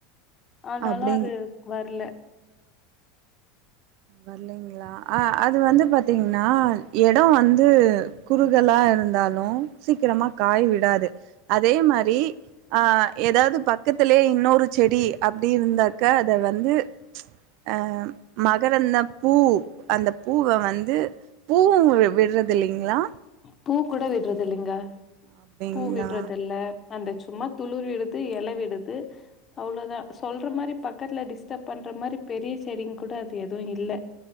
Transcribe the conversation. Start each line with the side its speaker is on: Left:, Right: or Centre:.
Left: ஆனாலு
Right: அப்படிங்க
Left: அது வர்ல
Right: வர்லீங்களா அ அது வந்து பாத்தீங்கன்னா எடோ வந்து குறுகலா இருந்தாலு சீக்கிரமா காய் விடாது அதே மாரி ஆ ஏதாவது பக்கத்திலயே இன்னொரு செடி அப்டி இருந்தாக்க அத வந்து அ மகரந் அந்த பூ அந்த பூவ வந்து பூவு விடறது இல்லீங்களா
Left: பூ கூட விடறதில்லீங்க
Right: அப்டிங்களா
Left: பூ விடறதில்ல அந்த சும்மா துளுர் விடுது எல விடுது அவ்ளோதா சொல்ற மாரி பக்கத்துல டிஸ்டப் பண்ற மாரி பெரிய செடிங் கூட அது எதுவு இல்ல